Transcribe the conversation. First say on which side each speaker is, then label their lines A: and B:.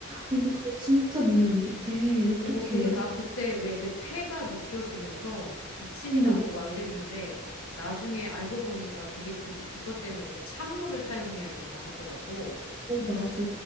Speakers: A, on the right; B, on the left.
A: 언니 그거 진짜 몸에 안 좋대. 어떡해.
B: 어, 그래서 나 그때 왜 내 폐가 느껴지면서 기침이
A: 어머.
B: 나고 막 이랬는데 나중에 알고 보니까 그게 그, 그것 때문에 그래서 찬물을 사용해야 된다 하더라고.
A: 어, 맞아.